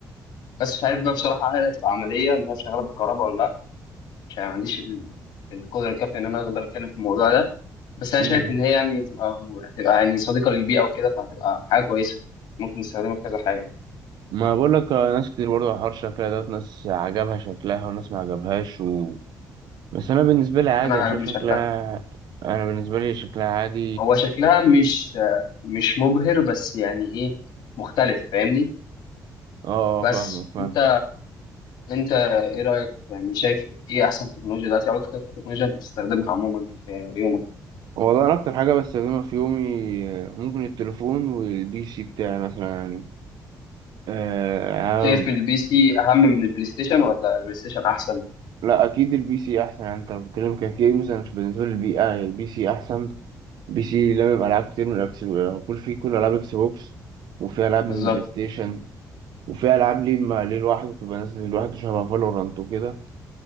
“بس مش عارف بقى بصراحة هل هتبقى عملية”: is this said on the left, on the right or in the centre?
Left